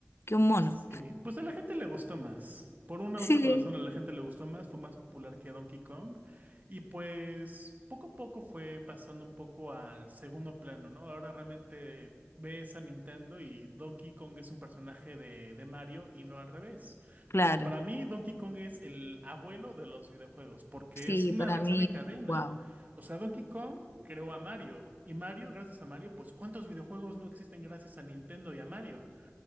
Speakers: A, on the left; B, on the right.
A: que un mono.
B: Sí, pues a la gente le gustó más. Por una
A: Sí,
B: u otra razón a la gente le gustó más, fue más popular que Donkey Kong. Y pues poco a poco fue pasando un poco al segundo plano, ¿no? Ahora realmente ves a Nintendo y Donkey Kong es un personaje de, de Mario y no al revés.
A: claro.
B: Pero para mí Donkey Kong es el abuelo de los videojuegos, porque
A: Sí,
B: es una
A: para
B: reacción
A: mí,
B: en cadena.
A: wow.
B: O sea, Donkey Kong creó a Mario y Mario, gracias a Mario, pues ¿cuántos videojuegos no existen gracias a Nintendo y a Mario?